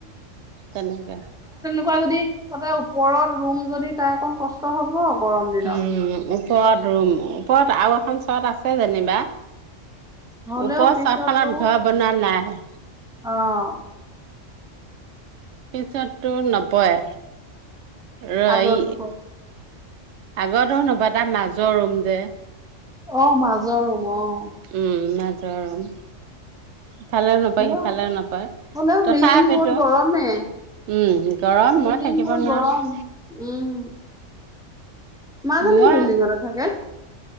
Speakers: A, on the right (about 70°); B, in the centre.
A: তেনেকে,
B: শোৱা যদি চবে উপৰৰ ৰুম যদি তাৰ অকন কষ্ট হব গৰম দিনত
A: উম। উপৰত ৰুম উপৰত আৰু এখন চাদ আছে জেনিবা
B: হলেও
A: উপৰদ
B: পিছতো
A: চাট খনত উথাবপাৰে নাই <inaudible>
B: অ'
A: পিছতু নপয়ে, ৰৈই
B: আগতো
A: আগৰতু নেপায় তাৰ মাজৰ ৰুম যে
B: অ' মাজৰ, অ
A: উমনা তৰম ইফালে ও নাপায়
B: হ'লেও
A: সিফালে ও
B: হ'লেও
A: তথাপিটো
B: বিল্ডিং বোৰত গৰমে
A: উম গৰম
B: বিল্ডিং
A: মই থাকিব
B: বোৰ
A: নোৱাৰো
B: গৰম
A: <inaudible>
B: উম মাজনী
A: মই
B: বিল্ডিঙতে থাকে